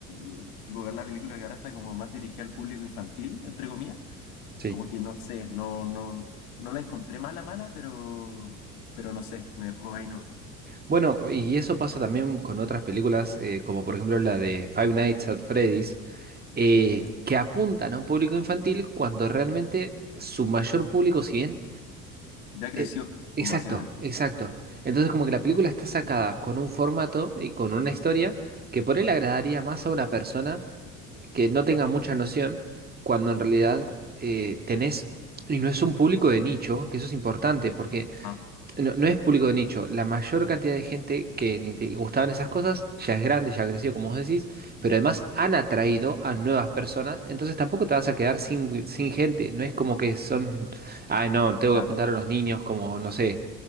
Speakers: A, on the left (about 65°); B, on the right (about 20°).
A: y, tipo ver la película que ahora está como más dirigida al público infantil, entre comillas
B: sí.
A: Como que no sé, no, no, no la encontré mala, mala, pero, pero no sé, me dejó ahí no.
B: Bueno, y eso pasa también con otras películas, eh, como por ejemplo la de Five Nights at Freddy's, eh,
A: Sí,
B: que apuntan a un público infantil cuando realmente su mayor público, si bien...
A: ya creció,
B: eh, exacto,
A: como básicamente.
B: exacto. Entonces como que la película está sacada con un formato y con una historia que por él agradaría más a una persona que no tenga mucha noción, cuando en realidad eh, tenés, y no es un público de nicho, que eso es importante, porque
A: Ah,
B: no, no es público de nicho. La mayor cantidad de gente que le inte- gustaban esas cosas ya es grande, ya creció, como vos decís, pero además han atraído a nuevas personas, entonces tampoco te vas a quedar sin, sin gente. No es como que son, ay, no, tengo
A: claro.
B: que apuntar a los niños, como, no sé.